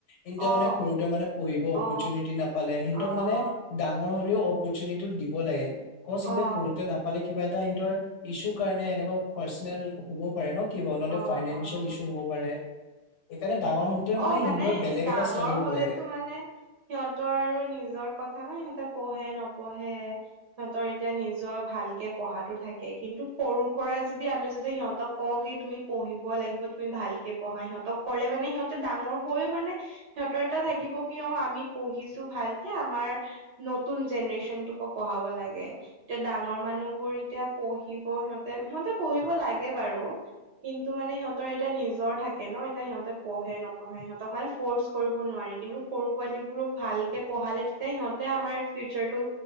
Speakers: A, on the left (about 80°); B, on the right (about 70°).
A: ই
B: অ
A: মানে সৰুতে মানে পঢ়িব অপৰচুনিটো
B: অ অ অ
A: দিব লাগে ক'চিতে
B: অ
A: সৰুতে নাপালে কিবা এটা সিহতৰ। ইছ্যু কাৰণে এনেকুৱা পাৰ্চনেল হব পাৰে ন। কিবা নহ'লে
B: অ অ
A: ফাইনেন্সিয়েল
B: অ
A: ইছ্যু হ'ব পাৰে। সেইকাৰণে ডাঙৰ হওঁতে
B: অ মানে
A: সিহঁতৰ বেলেগ
B: ডাঙৰ
A: এটা ষ্টাডি হ'ব
B: হলেতো
A: লাগে
B: মানে সিহঁতৰ আৰু নিজৰ, কথা নহয় সিহঁতে পঢ়ে নপঢ়ে সিহঁতৰ এতিয়া নিজৰ ভালকে পঢ়াতো থাকে কিন্তু সৰু পৰা। যদি আমি যদি সিহঁতক কওঁ কি তুমি পঢ়িব লাগিব তুমি ভালকে পঢ়া সিহঁতক কলে মানে সিহঁতে ডাঙৰ হৈও মানে সিহঁতৰ এটা। থাকিব কি অ আমি পঢ়িছো ভালকে আমাৰ নতুন জেনেৰেচনটোকো পঢ়াব লাগে। এতিয়া ডাঙৰ মানুহ বোৰ এতিয়া পঢ়িব সিহঁতে সিহঁতে পঢ়িব লাগে বাৰু। কিন্তু মানে সিহঁতৰ এতিয়া নিজৰ থাকে ন এতিয়া সিহঁতে পঢ়ে নপঢ়ে সিহতক মানে ফ'ৰ্চ কৰিব নোৱাৰি। কৰিব নোৱাৰি কিন্তু সৰু পোৱালীবোৰক ভালকে পঢ়ালে তেতিয়া সিহঁতে আমাৰ ফিউচাৰ টো